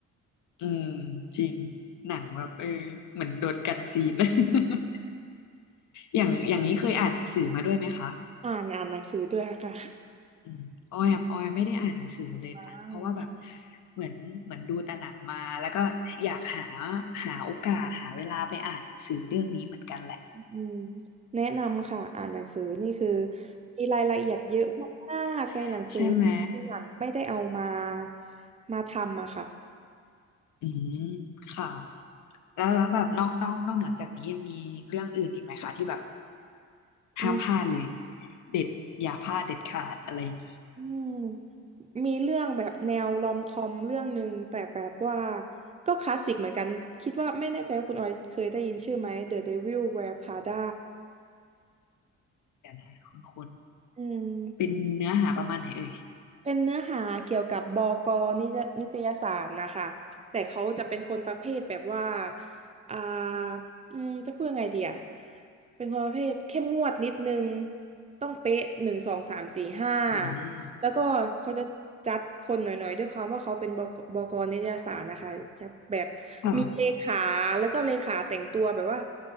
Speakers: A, on the left; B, on the right.
A: อืมจริงหนังแบบเออเหมือนโดนกันซีน <laughs> อย่างอย่างนี้เคยอ่านหนังสือมาด้วยไหมคะ
B: อ่านอ่านหนังสือด้วยอะค่ะ
A: อืมออยอะออยไม่ได้อ่านหนังสือเลยนะ
B: อ่า
A: เพราะว่าแบบเหมือนเหมือนดูแต่หนังมา แล้วก็อยากหาหาโอกาสหาเวลาไปอ่านหนังสือเรื่องนี้เหมือนกันแหละ
B: อืมแนะนำค่ะอ่านหนังสือนี่คือมีรายละเอียดเยอะมากในหนังสือที่หนังไม่ได้เอามา
A: <laughs> ใช่ไหม
B: มาทำอะค่ะ
A: อืมค่ะแล้วแล้วแบบนอกนอกนอกเหนือจากนี้ยังมีเรื่องอื่นอีกไหมคะที่แบบ
B: อืม
A: ห้ามพลาดเลยเด็ดอย่าพลาดเด็ดขาดอะไรอย่างนี้
B: อืมมีเรื่องแบบแนวรอมคอมเรื่องหนึ่งแต่แบบว่าก็คลาสสิกเหมือนกันคิดว่าไม่แน่ใจว่าคุณออยเคยได้ยินชื่อไหม The Devil Wears Prada
A: เดี๋ยวนะคุณคุณ
B: อืม
A: เป็นเนื้อหาประมาณไหนเอ่ย
B: เป็นเนื้อหาเกี่ยวกับบกนิจนิตยสารนะคะแต่เขาจะเป็นคนประเภทแบบว่าอ่าอืมจะพูดยังไงดีอะเป็นคนประเภทเข้มงวดนิดนึงต้องเป๊ะหนึ่งสองสามสี่ห้า
A: อืม
B: แล้วก็เขาจะจัดคนหน่อยๆด้วยความว่าเขาเป็นบกบกนิตยสารนะคะจะแบบ
A: ค่ะ
B: มีเลขาแล้วก็เลขาแต่งตัวแบบว่า